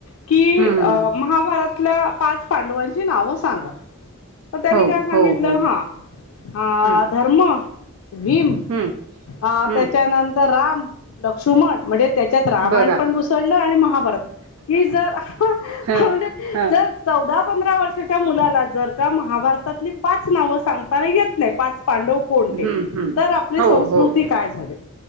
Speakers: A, on the left; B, on the right.
A: कि
B: हं.
A: अ महाभारतल्या पाच पांडवांची नाव सांगा. तर त्यांनी
B: हो,
A: काय सांगितलं
B: हो, हो.
A: हा अ
B: हं,
A: धर्म भीम
B: हं,
A: अ
B: हं.
A: त्याच्यानंतर राम लक्ष्मण म्हणजे त्याच्यात रामायण
B: बघा.
A: पण घुसळलं आणि महाभारत कि जर म्हणजे
B: हं, हं.
A: जर चौदा पंधरा वर्षाच्या मुला जर का महाभारतातली पाच नाव सांगताना येत नाही पाच पांडव कोणते
B: हं, हं.
A: तर आपली
B: हो,
A: संस्कृती
B: हो.
A: काय झाली?